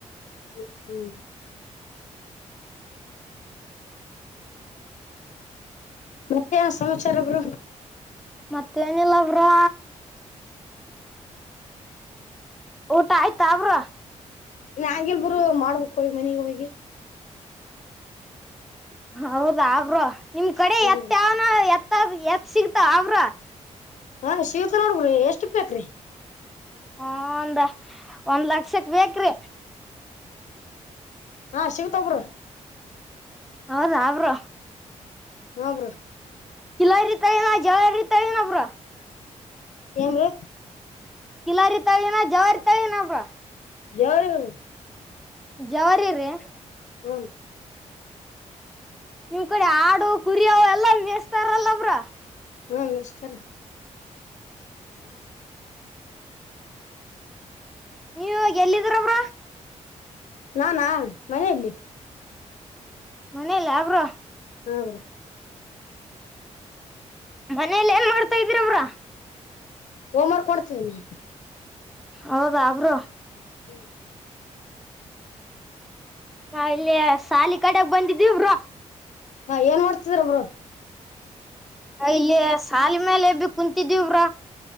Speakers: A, on the left (about 75°); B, in the centre.
A: ಹ್ಮ ಹ್ಮ್ ಮತ್ತೆ ಸಮಾಚಾರ ಒಬ್ರು
B: ಮತ್ತೇನಿಲ್ಲಬ್ರ ಊಟ ಆಯ್ತಾ ಅವ್ರ
A: ಇನ್ ಹಾಗೆಲ್ಬರು ಮಾಡ್ಬೇಕು ಹೋಗಿ ಮನೆಗೆ ಹೋಗಿ
B: ಹೌದಾ ಆ್ರ ನಿಮ್ ಕಡೆ
A: ಹ
B: ಎತ್ತ
A: ಬ್ರೋ
B: ಯಾವನ ಎತ್ತ ಎತ್ ಸಿಗ್ತ ಆ್ರ
A: ಹಾ ಶಿವಕ ನೋಡ್ಬ್ರಿ ಎಷ್ಟಕ್ ಬೇಕ್ರಿ
B: ಹ ಒಂದ ಒಂದ್ ಲಕ್ಷಕ್ ಬೇಕ್ರಿ
A: ಹಾ ಶಿವತ್ೊಗರುೂರ್
B: ಹೌದಾ ಅವರು
A: ಹಾ ಬ್ರ
B: ಇಲ್ಲ ರೀತ ಏನ ಜಳ ರೀತ ಏನಬ್ರ
A: ಎಮ್ರ
B: ಕಿಲಾರಿತಾಳಏನ ಜವಾರಿತಳನಪ್ಪ
A: ಯಾರವರು
B: ಜವಾರಿ ರೀ
A: ಹ್ಂ
B: ನಿಮ್ ಕಡೆ ಆಡು ಕುರಿಯವು ಎಲ್ಲಾ ಮೇಸ್ತಾರಲ್ಲಬ್ರ
A: ಹ್ಮ ಮಷ್ಟ್ತಾರೆ ಹ್ಮ
B: ನೀವ ಎಲ್ಲಿದ್ರವ್ರ
A: ನಾನಾ ಮನೆಯಲ್ಲಿ
B: ಮನೆಯಲ್ಲ ಯಬ್್ರ
A: ಹೌ್ರೀ
B: ಮನೇಲ್ ಏನ್ ಮಾಡ್ತಾ ಇದಿರ ಬ್ರೋ.
A: ಹೋಮ್ವರ್ಕ್ ಕೊಡ್ತಿದಿನಿ.
B: ಹೌದಾ ಬ್ರೋ
A: ಹ್ಮ್
B: ಹ ಇಲ್ಲಿ ಸಾಲಿ ಕಡೆಗ್ ಬಂದಿದ್ದೀವರು
A: ಹಾ ಏನ್ ಮಾಡ್ತಿದ್ರಬ್ರು
B: ಇಲ್ಲಿ ಶಾಲ ಮೇಲೆ ಬಿ ಕುಂತಿದವಿ ಇಬ್ರ